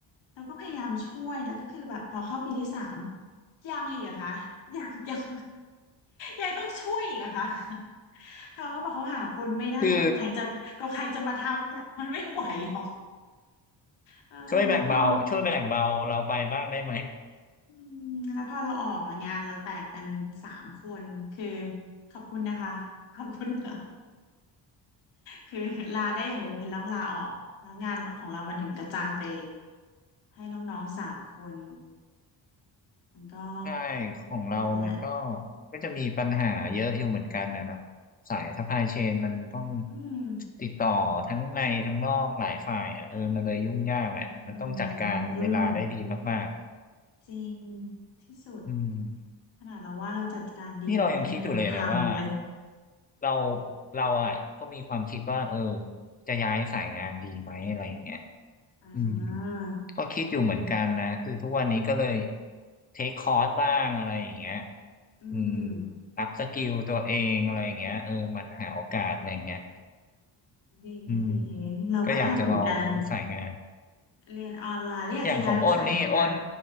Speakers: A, on the left; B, on the left.
A: เราก็พยายามช่วยแล้วก็คือแบบพอเข้าปีที่สามยังอีกอะคะยังยังยังต้องช่วยอีกอะค่ะเขาก็บอกเขาหาคนไม่ได้ก็ใครจะก็ใครจะมาทำแหละมันไม่ไหวหรอก
B: คือ
A: เออแล้วพอ
B: ช่วยแบ่งเบาช่วยแบ่งเบาเราไปบ้างได้ไหม
A: อืมแล้วพอเราออกอะงานเราแตกเป็นสามคนคือขอบคุณนะคะขอบคุณค่ะ คือลาได้อย่างเดียวคือต้องลาออกแล้วงานของเรามันถึงกระจายไปให้น้องๆสามคนมันก็
B: ใช่ของเรามันก็
A: นั่นแหละ
B: ก็จะมีปัญหาเยอะอยู่เหมือนกันนะเนาะสายซัพพลายเชนมันต้อง
A: อืม
B: ติดต่อทั้งในทั้งนอกหลายฝ่ายอ่ะเออมันเลยยุ่งยากแหละมันต้องจัดการเวลาได้ดีมากๆอะ
A: มันมันยุ่งจริงที่สุด
B: อืม
A: ขนาดเราว่าเราจัดการดีแล้วนะเรายังพังเลย
B: นี่เรายังคิดอยู่เลยนะว่าเราเราอ่ะก็มีความคิดว่าเออจะย้ายสายงานดีไหมอะไรอย่างเงี้ย
A: อ่
B: อืม
A: า
B: ก็คิดอยู่เหมือนกันนะคือทุกวันนี้ก็เลยเทคคอร์สบ้างอะไรอย่างเงี้ย
A: อืม
B: อืมอัพสกิลตัวเองอะไรอย่างเงี้ยเออหมันหาโอกาสอะไรอย่างเงี้ย
A: ดีดี
B: อืม
A: เราก็ทำเหมือนกัน
B: ก็อยากจะลองมูฟสายงาน
A: เรียนออนไลน์แล้วอยากจะย้ายไปสายไหนอ่ะ
B: อย่างของอ้นนี่อ้น